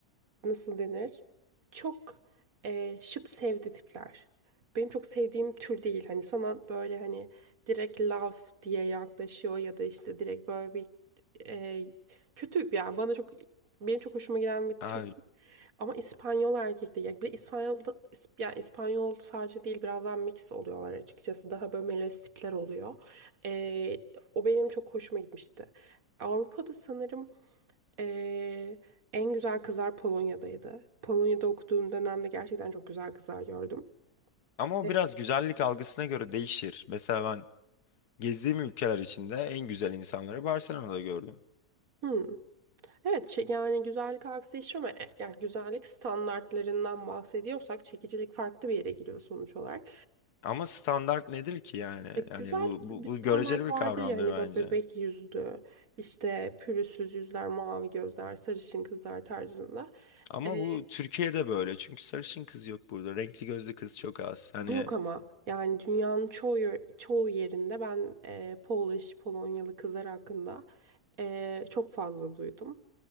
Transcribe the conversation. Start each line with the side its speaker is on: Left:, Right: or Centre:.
Right: nasıl denir? Çok ee, şıp sevdi tipler. Benim çok sevdiğim tür değil. Hani sana böyle hani direkt love diye yaklaşıyor ya da işte direkt böyle bir ee, kötü yani bana çok benim çok hoşuma gelen bir
Left: Abi
Right: tür değil. Ama İspanyol erkek Yani bir İspanyol, da- İs- yani İspanyol sadece değil biraz daha mix oluyorlar açıkçası. Daha böyle melez tipler oluyor. Ee, o benim çok hoşuma gitmişti. Avrupa'da sanırım ee, en güzel kızlar Polonya'daydı. Polonya'da okuduğum dönemde gerçekten çok güzel kızlar gördüm.
Left: ama o
Right: E,
Left: biraz güzellik algısına göre değişir. Mesela ben Gezdiğim ülkeler içinde en güzel insanları Barcelona'da gördüm.
Right: Hmm. Evet şey- yani güzellik algısı değişiyor ama e, yani güzellik standartlarından bahsediyorsak çekicilik farklı bir yere gidiyor sonuç olarak.
Left: Ama standart nedir ki yani?
Right: Ya güzellik
Left: Yani bu,
Right: bir
Left: bu, bu
Right: standart
Left: göreceli bir
Right: vardır
Left: kavramdır
Right: ya hani
Left: bence.
Right: böyle bebek yüzlü, işte pürüzsüz yüzler, mavi gözler, sarışın kızlar tarzında.
Left: Ama
Right: Ee,
Left: bu Türkiye'de böyle. Çünkü sarışın kız yok burada. Renkli gözlü kız çok az. Hani
Right: yok ama yani dünyanın çoğu yer- çoğu yerinde ben e, Polish, Polonyalı kızlar hakkında e, çok fazla duydum.